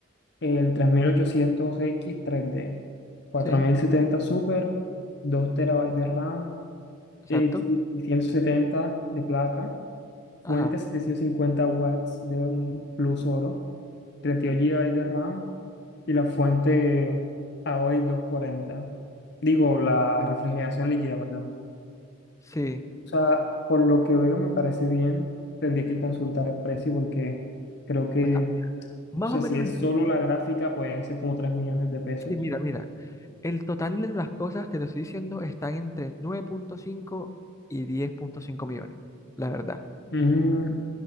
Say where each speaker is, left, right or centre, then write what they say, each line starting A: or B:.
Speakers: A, on the left; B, on the left.
A: el tres mil ochocientos x tres d cuatro
B: sí,
A: mil setenta Super, 2 terabytes de RAM,
B: exacto.
A: x setenta de placa,
B: Ajá,
A: fuente 750 watts de mm, plus oro, 32 GB de RAM y la fuente a AOI cuarenta. Digo, la refrigeración líquida, perdón.
B: sí.
A: O sea, por lo que veo me parece bien. Tendría que consultar el precio porque creo que,
B: O sea,
A: o
B: más
A: sea,
B: o menos,
A: si es solo la gráfica, pueden ser como 3 millones de pesos.
B: sí, mira, mira. El total de las cosas que te estoy diciendo están entre nueve punto cinco y diez punto cinco millones, la verdad.
A: Mm,